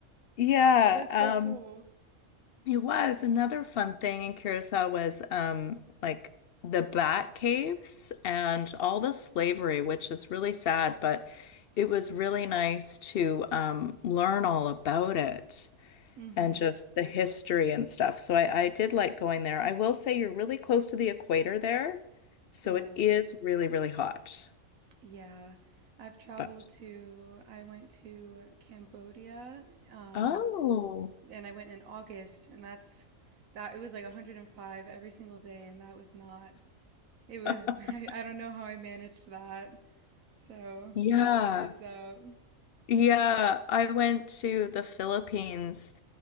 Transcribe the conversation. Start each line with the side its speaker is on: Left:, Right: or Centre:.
Left: Yeah,
Right: Oh, that's
Left: um,
Right: so cool.
Left: it was another fun thing in Curacao was um, like the bat caves and all the slavery, which is really sad, but it was really nice to um, learn all about it
Right: hmm
Left: and just the history and stuff. So I, I did like going there. I will say you're really close to the equator there, so
Right: Yeah.
Left: it is really, really hot.
Right: Yeah. I've traveled
Left: But
Right: to, I went to Cambodia, um,
Left: oh.
Right: and I went in August, and that's that it was like 105 every single day, and that was not, it was,
Left: <laughs>
Right: <laughs> I, I don't know how I managed that. So
Left: Yeah.
Right: thanks for the heads up.
Left: Yeah, I went to the Philippines